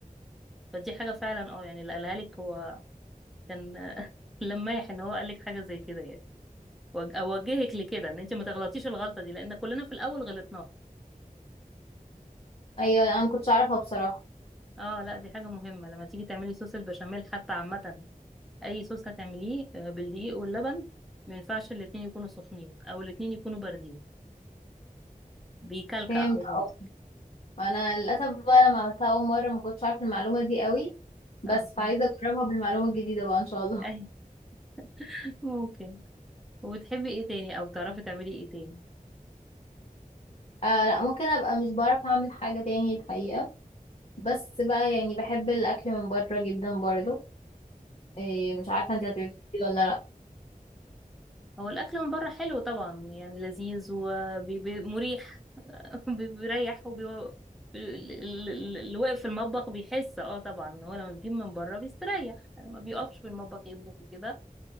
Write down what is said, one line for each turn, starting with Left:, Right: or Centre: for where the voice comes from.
Centre: فدي حاجة فعلا اه يعني اللي قالها لك هو كان <laughs> لمايح ان هو قال لك حاجة زي كده يعني وج- اوجهك لكده ان انت ما تغلطيش الغلطة دي لان كلنا في الاول غلطناها
Left: ايوه انا ما كنتش اعرفها بصراحة
Centre: اه لا دي حاجة مهمة لما تيجي تعملي صوص البشاميل حتى عامة اي صوص هتعمليه آه، بالدقيق واللبن ما ينفعش الاتنين يكونوا سخنين او الاتنين يكونوا باردين بيكلكع
Left: فهمت
Centre: او بيمسك
Left: اه انا للاسف بقى لما عملتها اول مرة ما كنتش عارفة المعلومة دي قوي بس
Centre: اه
Left: فعايزة
Centre: آه،
Left: اجربها بالمعلومة الجديدة بقى ان شاء الله
Centre: اي <laughs> ممكن وبتحبي ايه تاني او بتعرفي تعملي ايه تاني
Left: <laughs> آه لا ممكن ابقى مش بعرف اعمل حاجة تاني الحقيقة بس بقى يعني بحب الاكل من بره جدا برضو إيه مش عارفة انت هتبقى ولا لا
Centre: هو الأكل من بره حلو طبعا يعني لذيذ ومريح <laughs> بيريح وبي... ال- ال- ال- اللي واقف في المطبخ بيحس اه طبعا إن هو لما بيجيب من بره بيستريح يعني ما بيقفش في المطبخ يطبخ كده